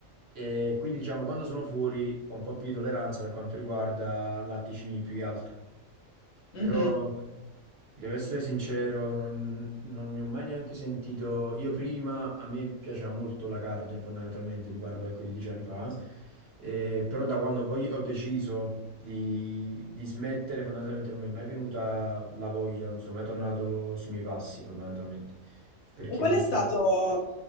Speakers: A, on the right; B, on the left.
A: E quindi, diciamo, quando sono fuori ho un po' più di tolleranza per quanto riguarda latticini più che altro. Però
B: Mh-mh.
A: devo essere sincero, non, non ne ho mai neanche sentito. Io prima a me piaceva molto la carne, fondamentalmente, ti parlo ecco di dieci anni fa. Eh, però da quando poi ho deciso di, di smettere, fondamentalmente non mi è mai venuta la voglia, non sono mai tornato sui miei passi, fondamentalmente. Perché
B: E qual
A: non...
B: è stato